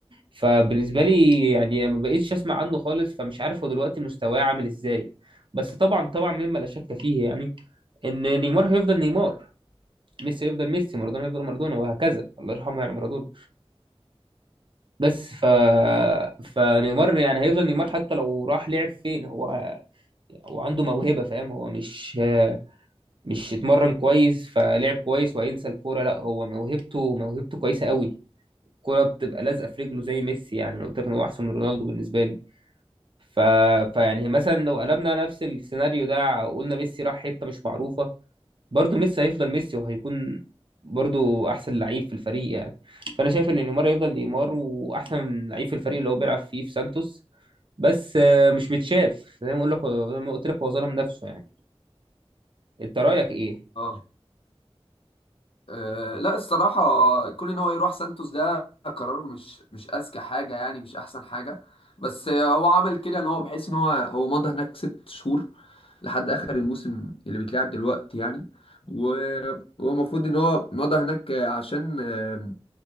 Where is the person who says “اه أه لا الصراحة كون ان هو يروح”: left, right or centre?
Left